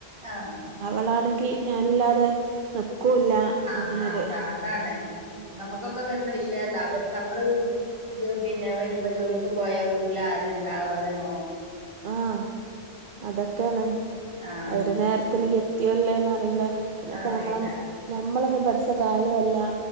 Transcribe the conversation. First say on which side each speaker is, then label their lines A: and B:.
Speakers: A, on the right; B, on the right.
A: ആഹ്
B: അവളാണെങ്കി ഞാനില്ലാതെ നിക്കൂല്ല
A: ആഹ്
B: അങ്ങനൊരു
A: അ അതാ അതാണ്
B: ഉം
A: നമ്മുക്കൊക്കെ വരുന്ന വിഷയതാ അവര് നമ്മള് ജു പിന്നെ വരുമ്പോ ജോലിക്ക് പോയാ വീട്ടില് ആരണ്ടാവാ അവരെ നോ
B: ആഹ് അതൊക്കെണ്
A: ആഹ്
B: അവര് നേരത്തിന് എത് ത്തിയോല്ലേന്നറീല പിന്നപ്പ
A: അറിയില്ല
B: ഞമ്മളം ഞമ്മളൊന്നും പഠിച്ച കാലോ അല്ല